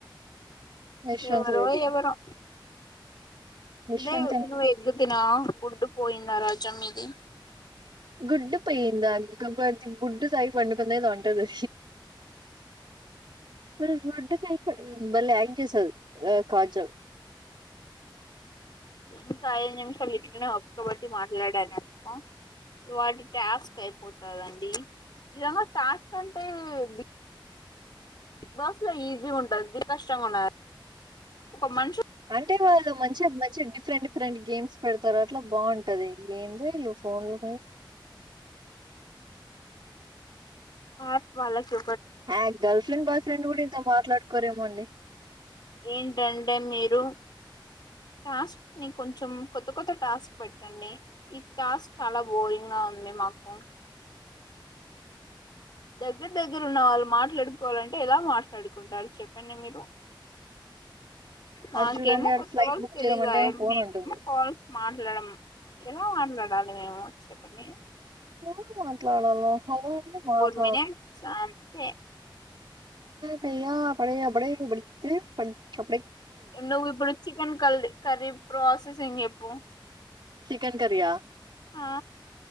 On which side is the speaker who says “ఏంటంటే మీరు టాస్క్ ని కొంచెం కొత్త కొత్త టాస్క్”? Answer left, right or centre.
Left